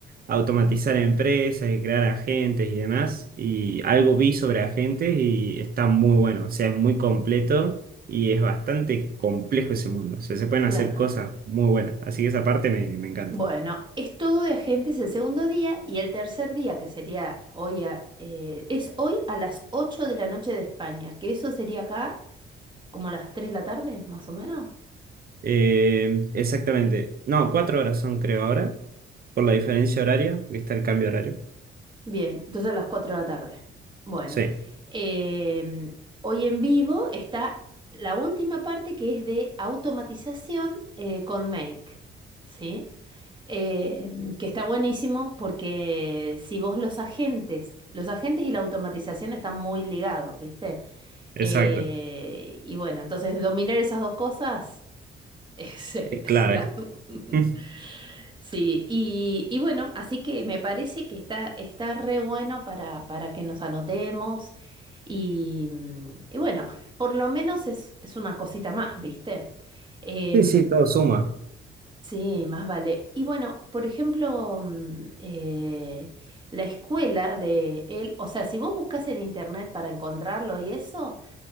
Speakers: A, on the right; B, on the right.
A: automatizar empresas y crear agentes y demás. Y algo vi sobre agentes y está muy bueno, o sea, es muy completo y es bastante complejo ese mundo. O sea, se pueden
B: claro.
A: hacer cosas muy buenas. Así que esa parte me, me encanta.
B: Bueno, es todo de agentes el segundo día y el tercer día, que sería hoy, a- eh, es hoy a las 8 de la noche de España, que eso sería acá como las 3 de la tarde, más o menos.
A: Eh, exactamente. No, cuatro horas son creo ahora, por la diferencia horaria, porque está el cambio horario.
B: Bien, entonces a las 4 de la tarde. Bueno,
A: Sí,
B: em, hoy en vivo está la última parte que es de automatización eh, con Make, ¿sí? Em, que está buenísimo porque si vos los agentes, los agentes y la automatización están muy ligados, ¿viste?
A: exacto.
B: Eh, y bueno, entonces dominar esas dos cosas es espectacular.
A: Es clave.
B: <laughs>
A: <laughs> Mm,
B: Sí, y, y bueno, así que me parece que está, está re bueno para, para que nos anotemos y, mm, y bueno, por lo menos es, es una cosita más, ¿viste? Em,
A: Sí, sí, todo suma.
B: sí, más vale. Y bueno, por ejemplo, mm, eh, la escuela de él, o sea, si vos buscas en internet para encontrarlo y eso,